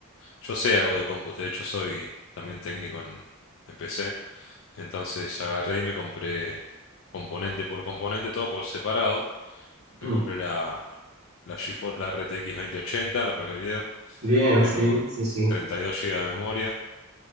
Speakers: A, on the left; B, on the right.
A: Yo sé algo de compus, de hecho soy también técnico en, en PC, entonces agarré y me compré componente por componente, todo por separado.
B: <clears throat>
A: Me compré la, la GeForce, la RTX 2080, la placa de video.
B: Bien,
A: Tengo
B: sí, sí, sí.
A: 32 GB de memoria,